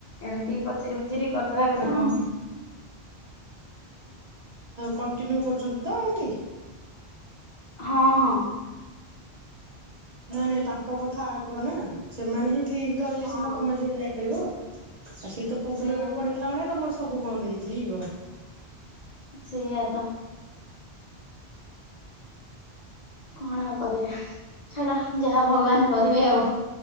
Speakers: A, on the left; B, on the right.
A: ଏମିତି ପଚାରି ପୁଚାରି କରିଦବା କଥା
B: ହଁ
A: ଅ
B: କଣ୍ଟିନୁ କରୁଛନ୍ତିତ ଆଣ୍ଟି
A: ହଁ-ହଁ,
B: ନାଇଁ ନାଇଁ ତାଙ୍କ କଥା ଆଗନା ସେମାନେହିଁ ଠିକ ରହିଲେ
A: ହଁ।
B: ସିନା ତମେ ଜୁଆଡେ ଯାଇପାରିବ। ଆଉ ସିଏତ ପ୍ରୋବ୍ଲେମରେ
A: ସେଇଆ
B: ପଡିଲାମାନେ ତମର ସବୁ ବନ୍ଦ ହେଇଯିଇବ।
A: ସେଇଆତ କଣ ଆଉ କରିବା ଛାଡ ଯାହା ଭଗବାନ କରିବେ ଆଉ